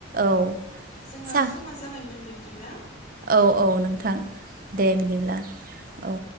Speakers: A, on the right; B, on the left.
A: औ
B: जोंना
A: सा
B: समा जाबायमोन बिब्दिब्ला।
A: औ औ नोंथां दे बिदिब्ला औ।